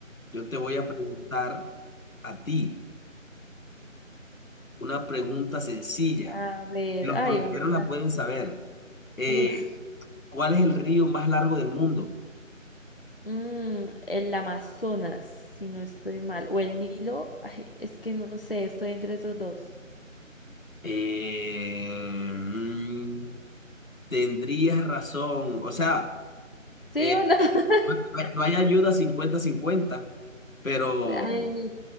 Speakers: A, on the left (about 75°); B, on the left (about 45°).
A: yo te voy a preguntar a ti una pregunta sencilla,
B: a ver,
A: que los
B: ay,
A: colombianos
B: ahorita,
A: la pueden saber. Eh,
B: uf,
A: ¿cuál es el río más largo del mundo?
B: mm, el Amazonas, si no estoy mal, o el Nilo, ay, es que no sé, estoy entre esos dos.
A: Eh, mm, tendrías razón. O sea,
B: ¿Sí
A: eh,
B: o no? <laughs>
A: no hay ayuda cincuenta-cincuenta, pero
B: Ay,